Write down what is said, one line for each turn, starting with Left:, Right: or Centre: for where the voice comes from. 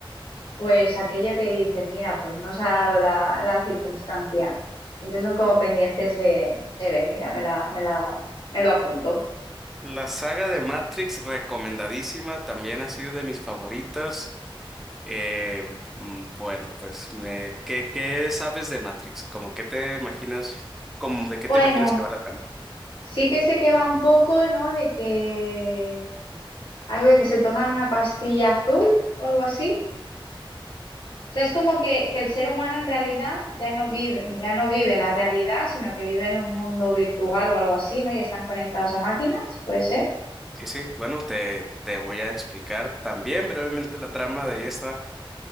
Left: pues aquello que dices, mira, pues no se ha dado la, la circunstancia. Entonces son como pendientes de, de ver, mira, me la, me la, me lo apunto.
Centre: La saga de Matrix, recomendadísima, también ha sido de mis favoritas. Eh, mm, bueno, pues, me, ¿qué, qué sabes de Matrix? ¿Cómo que te imaginas, como de qué
Left: Bueno,
Centre: te imaginas que va la trama?
Left: sí que sé que va un poco, ¿no? De que algo de que se toma una pastilla azul o algo así. O sea, es como que, que el ser humano en realidad ya no vive, ya no vive la realidad, sino que vive en un mundo virtual o algo así, ¿no? Y están conectados a máquinas, ¿puede ser?
Centre: Sí, sí, bueno, te, te voy a explicar también brevemente la trama de esta.